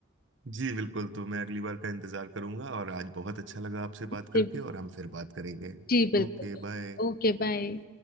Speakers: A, on the right; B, on the left.
A: जी बिल्कुल तो मैं अगली बार का इंतजार करूंगा और आज बहुत अच्छा लगा आपसे बात करके
B: जी
A: और हम फिर बात करेंगे
B: जी, बिल्कुल
A: Okay bye
B: Okay bye